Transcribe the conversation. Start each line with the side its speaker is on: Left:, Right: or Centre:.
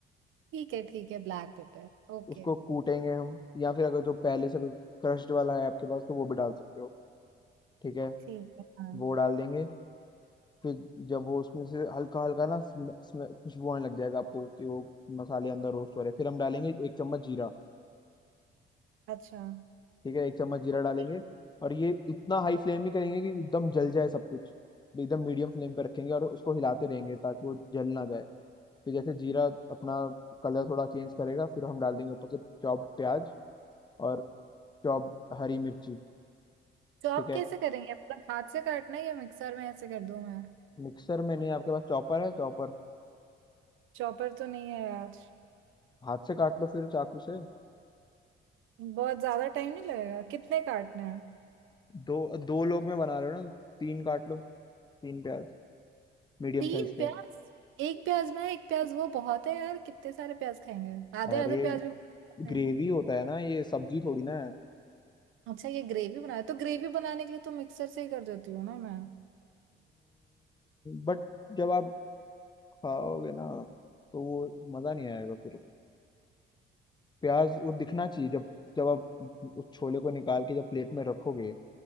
Right: ठीक है ठीक है ब्लैक पेपर ओके
Left: उसको कूटेंगे हम या फिर अगर जो पहले से क्रश्ड वाला है आपके पास तो वो भी डाल सकते हो ठीक है
Right: ठीक है हाँ
Left: वो डाल देंगे फिर जब वो उसमें से हल्का हल्का ना स्म- स्म- खुशबू आने लग जाएगा आपको कि वो मसाले अंदर रोस्ट हो रहे हैं फिर हम डालेंगे एक चम्मच जीरा
Right: अच्छा
Left: ठीक है एक चम्मच जीरा डालेंगे
Right: ठीक है
Left: और ये इतना हाई फ्लेम नहीं करेंगे कि एकदम जल जाए सब कुछ एकदम मीडियम फ्लेम पर रखेंगे और उसको हिलाते रहेंगे ताकि वो जल ना जाए फिर जैसे जीरा अपना कलर थोड़ा चेंज करेगा फिर हम डाल देंगे ऊपर से चॉप्ड प्याज और चॉप हरी मिर्ची
Right: चॉप
Left: ठीक है
Right: कैसे करेंगे मतलब हाथ से काटना है या मिक्सर में ऐसे कर दूं मैं
Left: मिक्सर में नहीं आपके पास चॉपर है चॉपर
Right: चॉपर तो नहीं है यार
Left: हाथ से काट लो फिर चाकू से
Right: बहुत ज्यादा टाइम नहीं लगेगा कितने काटने हैं
Left: दो दो लोग में बना रहे हो ना तीन काट लो तीन प्याज मीडियम
Right: तीन
Left: साइज
Right: प्याज
Left: के
Right: एक प्याज मैं एक प्याज वो बहुत है यार कितने सारे प्याज खाएंगे आधे
Left: अरे
Right: आधे प्याज भी बहुत है।
Left: ग्रेवी होता है ना ये सब्जी थोड़ी ना है
Right: अच्छा ये ग्रेवी बनाए तो ग्रेवी बनाने के लिए तो मिक्सर से ही कर देती हूँ ना मैं
Left: बट जब आप खाओगे ना तो वो मज़ा नहीं आएगा फिर प्याज वो दिखना चाहिए जब जब आप उस छोले को निकाल के जब प्लेट में रखोगे